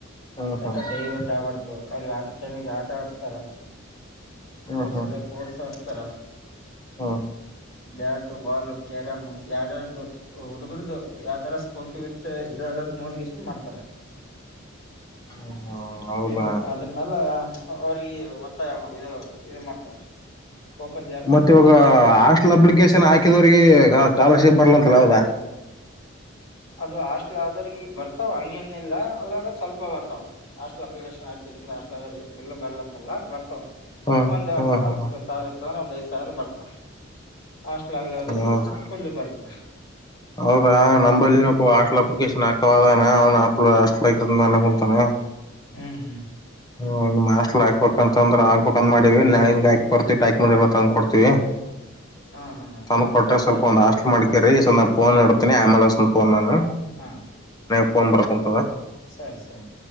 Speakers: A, on the left (about 20°); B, on the left (about 80°).
A: ಹ್ಮ್ ಹ್ಮ್
B: ಯಾಕಡೆ
A: ಹ್ಮ್
B: ದೈವಟ್ ಆಗ್ಬಾರಡ್ತು ಅವ್ರಿಗೆ ಆಟ ಟೈಮಿಗೆ ಆಟ ಆಡಿಸ್ತಾರ <inaudible> ಸ್ಪೋರ್ಟ್ಸ್
A: ಹ್ಮ್
B: ಇದ್ರೆ ಸ್ಪೋರ್ಸ್ ಆಡಿಸ್ತಾರ
A: ಹ್ಮ್ ಹ್ಮ್
B: ಬ್ಯಾಟ್ ಬಾಲು ಕ್ಯಾರಮ್ ಯಾರಾರ್ದು ಹುಡುಗರ್ದು ಯಾವ್ತರ ಸ್ಫೋರ್ಟಿ ವಚ್ಚ ಇದದ ನೋಡಗಷ್ಟ ಮಾಡ್ತಾರ
A: ಹ್ಮ್ ಹೌದಾ
B: <inaudible> ಅದ್ರಮೇಲೆ ಅವ್ರಿಗೆ ಒತ್ತಾಯ ಇದ್ ಇದ್ ಮಾಡ್ತಾರೆ ಫೋಕಸ್ ಜಾಸ್ತಿ
A: ಮತ್ತ
B: ಅದ್ರ
A: ಇವಾಗ
B: ಬಗ್ಗೆ ಹೋಗ್ಲಿ
A: ಹಾಸ್ಟಲ್
B: ಅನ್ನೋದು
A: ಅಪ್ಲಿಕೇಶನ್ ಹಾಕಿದವ್ರರಿಗೆ ಸ್ಕಾಲರ್ಶಿಪ್ ಬರ್ಲ <unintelligible>
B: ಅದು ಹಾಸ್ಟಲ್ ಆದ್ರ ಬರ್ತಾವ್ ಹಂಗೇನಿಲ್ಲ ಅದ್ರಾಗ ಸ್ವಲ್ಪ ಬರ್ತವು ಹಾಸ್ಟಲ್ ಅಪ್ಲಿಕೇಶನ್ <unintelligible> ಫುಲ್ ಬರ್ಲ ಅಂತಲ್ಲ ಬರ್ತವ
A: ಹ್ಮ್
B: ಒಂದ್ ಅರ್ಧ
A: ಹ್ಮ್ ಹ್ಮ್
B: ಹತ್ತು ಸಾವಿರ ಇತ್ತ ಅಂದ್ರೆ ಒಂದ್ ಐದ್ ಸಾವಿರ ಬರ್ತಾವ ಹಾಸ್ಟೆಲ್ ಆಗ್ಲದ್ರ
A: ಹೌದ
B: ಫುಲ್ ಬರ್ತದೆ
A: ಹೌದಾ ನಂಬಲ್ಲಿಬ್ಬ ಆಟ್ಲ್ ಅಪ್ಲಿಕೇಶನ್ ಯಾವಗಾನ ಅವ್ನು <unintelligible> ಹಾಸ್ಟೆಲ್ <unintelligible> ಕುಂತನ
B: ಹ್ಮ್ ಹ್ಮ್
A: ಹ್ಮ್ ಹಾಸ್ಟೆಲ್ ಹಾಕ್ಬೇಕ ಅಂತಂದ್ರ ಆಗ್ಬೇಕಂತ ಮಾಡವಿ ನಾಳಗ್ ಹಾಕ್ರ್ತತಿವಿ ಡಕ್ಯುಮೆಂಟ್ ಎಲ್ಲ ತಂದ್ ಕೊಡ್ತತಿವಿ <inaudible>
B: ಹಾ ಹಾ
A: ತಂದ
B: ಅಂತ
A: ಕೊಟ್ಟಾಗ
B: ಎಲ್ಲ
A: ಸ್ವಲ್ಪ ಒಂದ
B: ಡಾಕ್ಯುಮೆಂಟ್
A: ಹಾಸ್ಟೇಲ್ ಮಾಡ್ಕೊಡ್ರಿ
B: ಎಲ್ಲ ತಂದು ಕೊಡ್ರಿ
A: ಫೋನ್ ಇಡ್ತೇನಿ ಆಮೇಲೆ ಹಚ್ಚೇತೀನಿ ಫೋನ್ ನಾನು
B: ಹಾ
A: <unintelligible>
B: ಸರಿ ಸರಿ